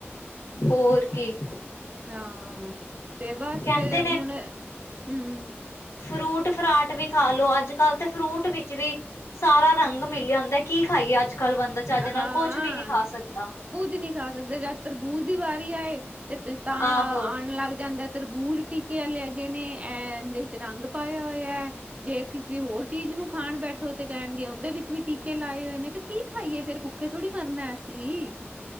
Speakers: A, on the left; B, on the right.
A: ਹੋਰ ਕੀ
B: ਹਾਂ ਤੇ ਬਸ
A: ਕਹਿੰਦੇ
B: ਫੇਰ ਹੁਣ ਹਮ
A: ਫਰੂਟ-ਫਰਾਟ ਵੀ ਖਾ ਲੋੋ ਅੱਜ-ਕੱਲ੍ਹ ਤੇ ਫਰੂਟ ਵਿੱਚ ਵੀ ਸਾਰਾ ਰੰਗ ਮਿਲਿਆ ਹੁੰਦਾ ਏ ਕੀ ਖਾਈਏ ਅੱਜ-ਕੱਲ੍ਹ ਬੰਦਾ ਚੱਜ
B: ਹਾਂ
A: ਨਾਲ ਕੁਛ ਵੀ ਨੀ ਖਾ ਸਕਦਾ।
B: ਕੁੱਝ ਨਹੀ ਖਾ ਸਕਦੇ ਜਾ ਤਰਬੂਜ ਦੀ ਵਾਰੀ ਆਏ ਤੇ ਤਾਂ
A: ਆਹੋ
B: ਆਣ ਲੱਗ ਜਾਂਦਾ ਤਰਬੂਜ ਟੀਕੇ ਵਾਲੇ ਹੈਗੇ ਨੇ ਇਹਦੇ ਚ ਰੰਗ ਪਾਇਆ ਹੋਇਆ ਏ ਜੇ ਕਿਸੇ ਹੋਰ ਚੀਜ਼ ਨੂੰ ਖਾਨ ਬੈਠੋ ਤੇ ਕਹਿਨਗੇ ਉਹਦੇ ਵਿੱਚ ਵੀ ਟੀਕੇ ਲਾਏ ਹੋਏ ਨੇ ਤੇ ਕੀ ਖਾਈਏ ਫੇਰ ਭੁੱਖੇ ਥੋੜੀ ਮਰਨਾ ਅਸੀਂ